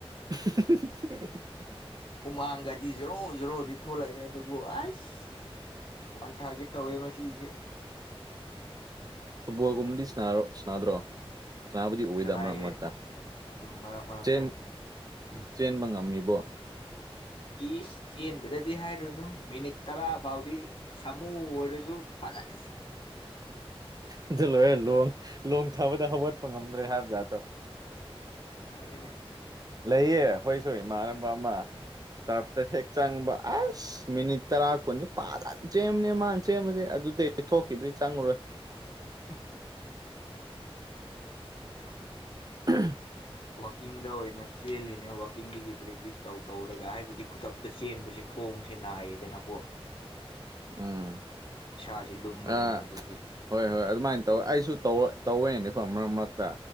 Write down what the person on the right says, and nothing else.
<unintelligible>
ꯐꯨꯠꯕꯣꯜꯒꯨꯝꯕꯗꯤ ꯁꯥꯔ ꯁꯅꯥꯗ꯭ꯔꯣ ꯆꯅꯥꯕꯨꯗꯤ ꯑꯣꯏꯗ
ꯃꯔꯛ ꯃꯔꯛꯇ
ꯆꯦꯝ ꯆꯦꯟꯕ ꯉꯝꯃꯤꯕꯣ
ꯑꯗꯨ ꯂꯣꯏꯔꯦ ꯂꯣꯡ ꯂꯣꯡ ꯊꯥꯕꯗ ꯍꯧꯒꯠꯄ ꯉꯝꯗ꯭ꯔꯦ ꯍꯥꯏꯕ ꯖꯥꯠꯇꯣ
ꯂꯩꯌꯦ ꯑꯩꯈꯣꯏꯁꯨ ꯏꯃꯥꯟꯅꯕ ꯑꯃ ꯇꯔꯞꯇ ꯍꯦꯛ ꯆꯪꯕ ꯑꯁ ꯃꯤꯅꯤꯠ ꯇꯔꯥ ꯀꯨꯟꯗꯤ ꯄꯥꯗꯟ ꯆꯦꯟꯃꯅꯦ ꯃꯥꯅ ꯆꯦꯟꯕꯁꯦ ꯑꯗꯨꯗꯩ ꯍꯦꯛ ꯊꯣꯛꯈꯤꯕꯗꯩ ꯆꯪꯉꯨꯔꯣꯏ
<unintelligible>
ꯎꯝ
ꯑꯥ
ꯍꯣꯏ ꯍꯣꯏ ꯑꯗꯨꯃꯥꯏꯅ ꯇꯧꯋ ꯑꯩꯁꯨ ꯇꯧ ꯇꯧꯋꯦꯅꯤꯀꯣ ꯃꯔꯛ ꯃꯔꯛꯇ